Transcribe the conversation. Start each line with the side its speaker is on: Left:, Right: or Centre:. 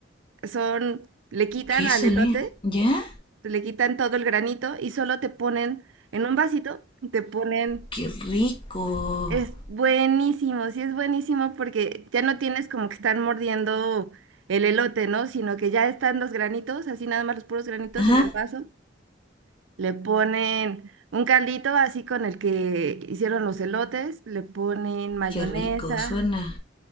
Right: son, le quitan
Left: ¿Qué
Right: al
Left: son?
Right: elote,
Left: eh? ¿Ya?
Right: le quitan todo el granito y solo te ponen en un vasito, te ponen,
Left: ¡Qué rico!
Right: es buenísimo, sí es buenísimo porque ya no tienes como que estar mordiendo el elote, ¿no? Sino que ya están los granitos, así nada más los puros granitos
Left: Ajá,
Right: en el vaso. Le ponen un caldito así con el que hicieron los elotes, le ponen mayonesa.
Left: qué rico, suena.